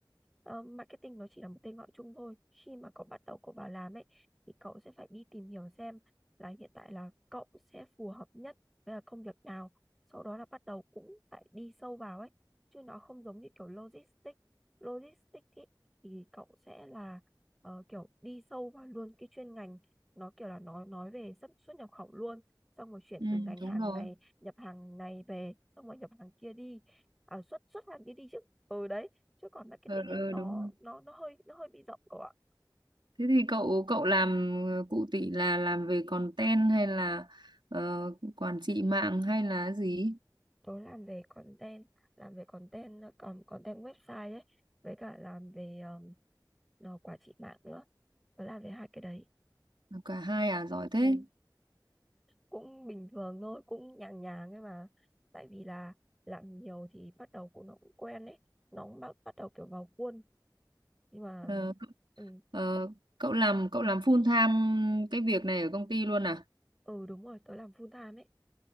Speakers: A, in the centre; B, on the right.
A: ờ, marketing nó chỉ là một tên gọi chung thôi khi mà cậu bắt đầu cậu vào làm ấy thì cậu sẽ phải đi tìm hiểu xem là hiện tại là cậu sẽ phù hợp nhất với là công việc nào sau đó là bắt đầu cũng phải đi sâu vào ấy chứ nó không giống như kiểu logistics logistics ý, thì cậu sẽ là ờ, kiểu đi sâu vào luôn cái chuyên ngành nó kiểu là nói nói về xuất xuất nhập khẩu luôn xong rồi chuyển
B: ừ,
A: từ ngành hàng
B: đúng rồi
A: này nhập hàng này về xong rồi nhập hàng kia đi à, xuất xuất hàng kia đi chứ ừ đấy chứ còn marketing
B: ờ,
A: á
B: ờ,
A: nó
B: đúng rồi
A: nó nó hơi nó hơi bị rộng cậu ạ
B: thế thì cậu cậu làm ờ, cụ tỷ là làm về content hay là ờ, quản trị mạng hay là gì
A: tớ làm về content làm về content ờ, còn content website ấy với cả làm về um, nó quản trị mạng nữa tớ làm đến hai cái đấy
B: Làm cả hai à giỏi thế
A: ừ. cũng bình thường thôi cũng nhàng nhàng ấy mà tại vì là làm nhiều thì bắt đầu cũng nó cũng quen ấy nó cũng bắt bắt đầu kiểu vào khuôn nhưng mà
B: Ờ.
A: ừ,
B: Ờ, cậu làm cậu làm full time cái việc này ở công ty luôn à?
A: ừ đúng rồi tớ làm full time ấy